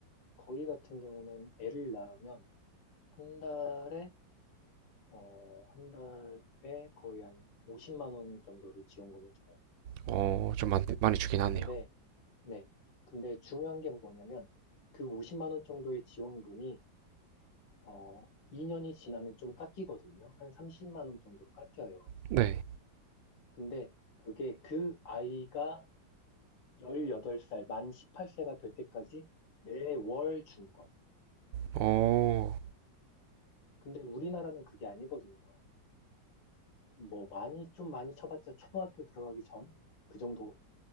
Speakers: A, on the left; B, on the right.
A: 거기 같은 경우는 애를 낳으면 한 달에 어, 한 달에 거의 한 50만 원 정도를 지원금을 줘요.
B: 어, 좀 많이, 많이 주긴 하네요.
A: 근데 네. 근데 중요한 게 뭐냐면 그 50만 원 정도의 지원금이 어 2년이 지나면 좀 깎이거든요. 한 30만 원 정도로 깎여요.
B: 네.
A: 근데 그게 그 아이가 18살, 만 18세가 될 때까지 매월 주는 거예요.
B: 어,
A: 근데 우리나라는 그게 아니거든요. 뭐 많이 좀 많이 쳐봤자 초등학교 들어가기 전 그 정도